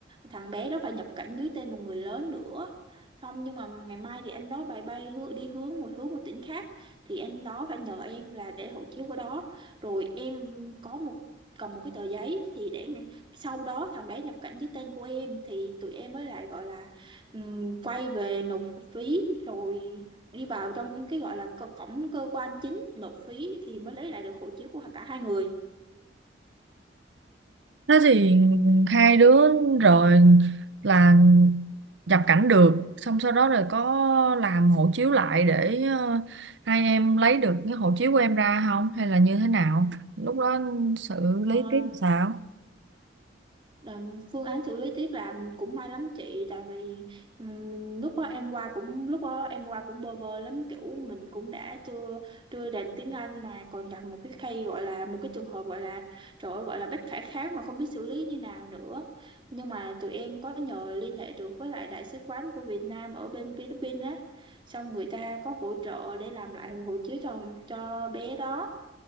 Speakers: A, on the right; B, on the right.
A: thằng bé đó phải nhập cảnh dưới tên một người lớn nữa xong nhưng mà ngày mai thì anh đó bay bay hư- đi hướng một hướng một tỉnh khác thì anh đó phải nhờ em là để hộ chiếu của đó rồi em có một cầm một cái tờ giấy thì để ngay- sau đó thằng bé nhập cảnh dưới tên của em thì tụi em mới lại gọi là ừm, quay về nộp phí rồi đi vào trong cái gọi là cơ- cổng cơ quan chính nộp phí thì mới lấy lại được hộ chiếu của cả hai người
B: Thế thì hai đứa rồi là nhập cảnh được xong sau đó rồi có làm hộ chiếu lại để ờ, hai em lấy được cái hộ chiếu của em ra không hay là như thế nào lúc đó xử
A: Ờ,
B: lý tiếp sao
A: Làm phương án xử lý tiếp là cũng may lắm chị tại vì ừm, lúc đó em qua cũng lúc đó em qua cũng bơ vơ lắm kiểu mình cũng đã chưa chưa đành tiếng Anh mà còn gặp một cái case gọi là một cái trường hợp gọi là trời ơi, gọi là bất khả kháng mà không biết xử lý như nào nữa nhưng mà tụi em có nhờ liên hệ được với lại đại sứ quán của Việt Nam ở bên Philippines á xong người ta có hỗ trợ để làm lại hộ chiếu cho cho bé đó